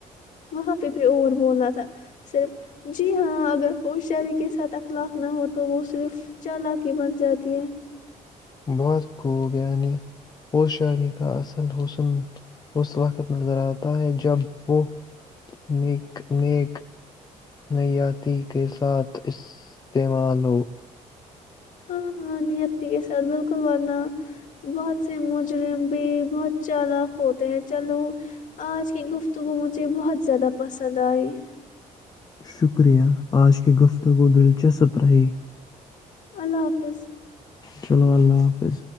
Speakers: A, on the left; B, on the left.
A: وہاں پہ بھی اور بولنا تھا صرف جی ہاں اگر ہوشیاری کے ساتھ اخلاق نہ ہو تو وہ صرف چال کی بن جاتی ہے
B: بہت خوب یعنی ہوشاری کا اصل حسن اس وقت نظر آتا ہے جب وہ نیک نیک نیاتی کے ساتھ استعمال ہو
A: ہاں ہاں نیت کے سات بالکل ورنہ بہت سے مجرم بھی بہت چالک ہوتے ہیں چلو آج کی گفتگو مجھے بہت زیادہ پسند آئی
B: شکریہ آج کے گفتگ کو دلچسپ رہی
A: اللہ حافظ
B: چلو اللہ حافظ